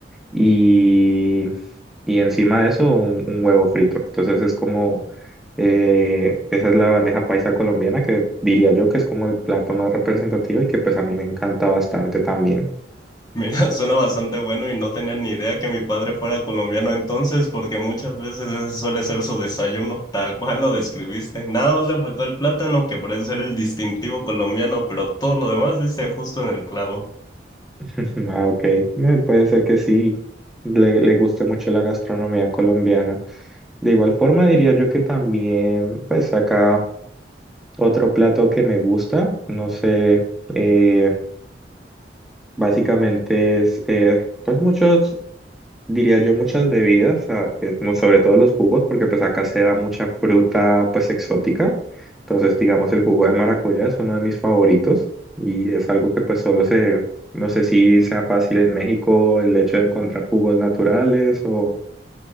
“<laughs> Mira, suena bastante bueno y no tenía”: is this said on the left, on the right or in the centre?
Left